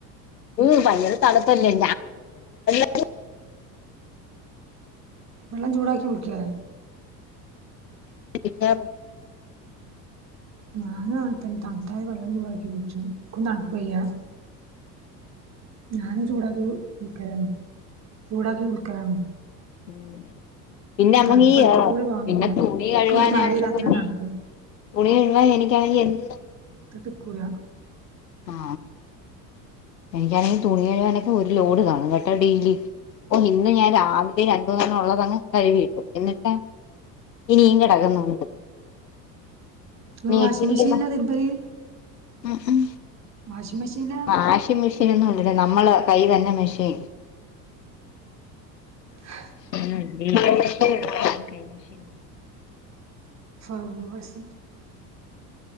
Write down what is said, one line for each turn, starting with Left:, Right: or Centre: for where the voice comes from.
Left: ഉം ഭയങ്കര തണുപ്പല്ലേ <unintelligible>
Right: വെള്ളം ചൂടാക്കി കുളിക്കെ
Left: എനിക്ക്
Right: ഞാൻ അങ്ങൻത്തെന്നെ തണുത്തായി വെള്ളം ചൂടാക്കി കുളിച്ചു ഇക്കും തണുപ്പ് വയ്യ ഞാനും ചൂടാക്കി കുളിക്കരാണ് ചൂടാക്കി കുളക്കരാണ്
Left: ഉ പിന്നെ നമ്മക്കീ
Right: തണുപ്പ് അടുത്ത് കൂടി പോകാൻ
Left: പിന്നെ
Right: വയ്യ
Left: തു തുണി
Right: ഇക്ക്
Left: കഴുവൻ
Right: ഒരു
Left: <unintelligible>
Right: മഴെയ്താ തന്നെ തണുക്കും
Left: കുളികയുബൊ എനിക്കായി എന്നും
Right: തട്ട കൂല
Left: ആ എനിക്കാണെങ്കിൽ തുണി കഴുവാനൊക്കെ ഒരു ലോഡ് കാണും കേട്ടാ ഡെയിലി ഓ ഇന്ന് ഞാൻ രാവിലെ രണ്ട തണ ഉള്ളതങ്ങ് കഴുകി ഇട്ടു എന്നിട്ടാ ഇനിയും കിടക്കുന്നുണ്ട്
Right: ഇങ്ങള്
Left: നീട്ടിരിക്കുന്ന
Right: വാഷിംഗ് മെഷീനിലാ തിരുമ്പല്
Left: ഉം ഉം
Right: വാഷി് മെഷീലാ
Left: ആ വാഷിംഗ് മെഷീൻ ഒന്നും ഇല്ല നമ്മളേ കൈ തന്നെ മെഷീൻ
Right: ആ
Left: ആ വ മെഷീ കൈ. മെഷീൻ
Right: ഫഹ്മസ